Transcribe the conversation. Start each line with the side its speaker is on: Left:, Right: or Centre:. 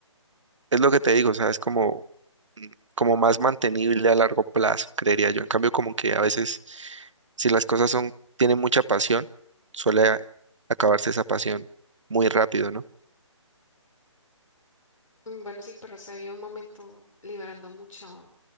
Right: es lo que te digo, o sea, es como, como más mantenible a largo plazo, creería yo. En cambio, como que a veces, si las cosas son, tienen mucha pasión, suele a- acabarse esa pasión muy rápido, ¿no?
Left: Mm, Bueno, sí, pero se vive un momento liberando mucho